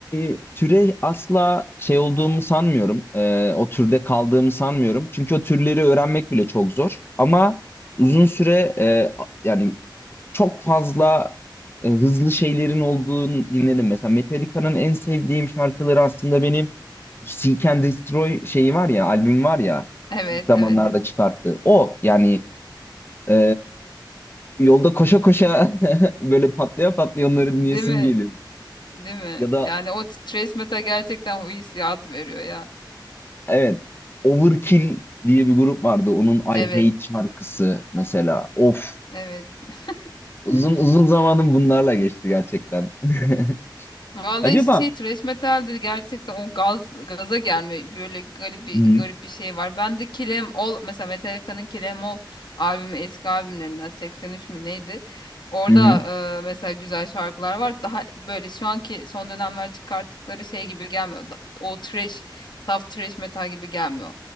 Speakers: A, on the left (about 30°); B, on the left (about 65°).
A: e, türe asla şey olduğumu sanmıyorum. E, o türde kaldığımı sanmıyorum. Çünkü o türleri öğrenmek bile çok zor. Ama uzun süre e, yani çok fazla e, hızlı şeylerin olduğunu dinledim. Mesela Metallica'nın en sevdiğim şarkıları aslında benim Seek and Destroy şeyi var ya, albüm var ya
B: Evet
A: ilk Evet. zamanlarda
B: evet.
A: çıkarttı. O yani e, yolda koşa koşa <laughs> böyle patlaya patlaya onları dinleyesim
B: Değil mi?
A: geliyor.
B: Değil mi?
A: Ya da
B: Yani o thrash metal gerçekten o hissiyatı veriyor ya.
A: Evet. Overkill diye bir grup vardı. Onun I
B: Evet.
A: Hate şarkısı mesela. Of.
B: Evet.
A: Uzun
B: <laughs>
A: uzun zamanım bunlarla geçti gerçekten. <laughs>
B: Vallahi
A: Acaba
B: şey trash metal dedi gerçekten o gaz gaza gelme böyle garip bir
A: Hı hı.
B: garip bir şey var. Ben de Kill 'Em mesela Metallica'nın Kill 'Em albümü eski albümlerinden 83 mü neydi? Orada
A: hı.
B: e, mesela güzel şarkılar var. Daha böyle şu anki son dönemler çıkarttıkları şey gibi gelmiyor. Da- O trash, saf trash metal gibi gelmiyor.